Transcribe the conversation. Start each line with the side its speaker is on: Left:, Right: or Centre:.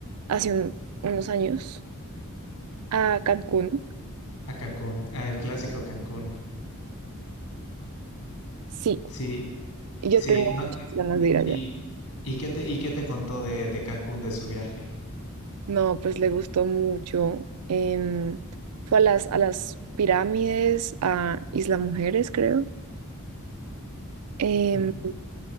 Right: hace un- unos años a Cancún.
Left: A Cancún, a el clásico Cancún.
Right: Sí,
Left: Sí,
Right: yo
Left: sí,
Right: tengo
Left: no
Right: muchas
Left: te...
Right: ganas
Left: ¿Y,
Right: de ir allá.
Left: y- ¿y qué te, y qué te contó de, de Cancún, de su viaje?
Right: No, pues le gustó mucho. Em, fue a las, a las pirámides, a Isla Mujeres, creo. Em,
Left: Ujú.